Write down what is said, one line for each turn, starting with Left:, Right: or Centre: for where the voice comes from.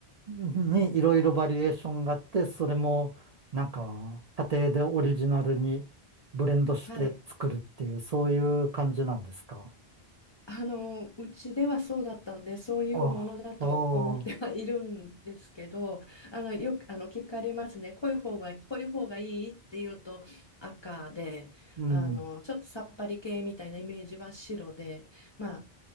Right: にいろいろバリエーションがあって、それもなんか家庭でオリジナルにブレンドして作るっていう、
Left: はい。
Right: そういう感じなんですか。
Left: あの、うちではそうだったんで、そういうものだと思ってはいるんですけど、
Right: あ、ああ、
Left: あの、よく、あの、聞かれますね。濃い方が、濃い方がいいっていうと赤で、
Right: うん。
Left: あの、ちょっとさっぱり系みたいなイメージは白で、まあ、